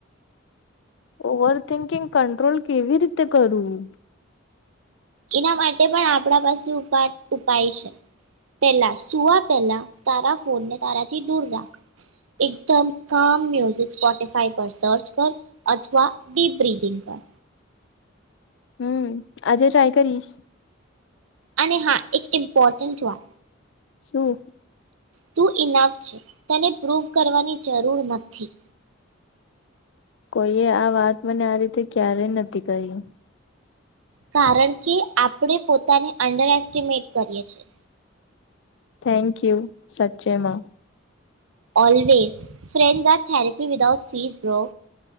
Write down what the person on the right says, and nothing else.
એના માટે પણ આપણા પાસે ઉ ઉપાય છે. પહેલા સુવા પહેલા તારા ફોનને તારાથી દૂર રાખ એકદમ કામ મુઝિક સ્પોટીફાઈ પર સર્ચ કર અથવા ડીપ બિંગ પર.
અને હા એક ઇમ્પોર્ટન્ટ વાત
તું ઈનાફ છે તને પ્રૂવ કરવાની જરૂર નથી.
કારણ કે આપણે પોતાને અંડર એસ્ટિમેટ કરીએ છીએ.
Always ફ્રેન્ઝા therapy without fees bro.